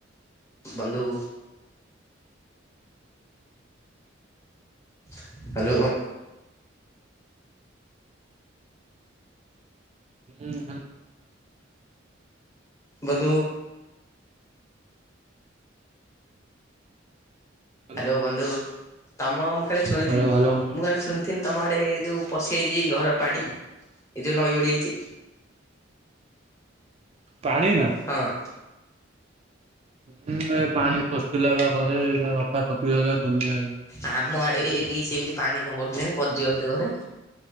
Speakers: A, on the left (about 15°); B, on the right (about 30°).
A: ବନ୍ଧୁ ହ୍ୟାଲୋ।
B: ହୁଁ ହୁଁ।
A: ବନ୍ଧୁ।
B: ହାଲୋ
A: ହ୍ୟାଲୋ ବନ୍ଧୁ ତମ ମୁଁ କାଲି ଶୁଣିଥିନି
B: ହାଲୋ ହାଲୋ
A: ମୁଁ ଖାଲ ଶୁଣି। ଥିିନ ତମ ଆଡ଼େ ଏ ଯୋଉଁ ପଶିଯାଇଛି ଘର ପାଣି ଏ ଯୋଉଁ ନଈ ବଡ଼ିହେଇଛି।
B: ପାଣି ନା।
A: ହଁ।
B: ହୁଁ ଏ ପାଣି ପଷୁଥିଲା ବା ଘରେ ଏରା ସଫାସଫି ହେଲା ଦୁନିଆଇଏ।
A: ଆମ ଆଡେ ଏ ବି ସେମିତି ପାଣି କଣ ବଢିଲେଣି ପସଯିବ ବୋଧେ ଘରେ।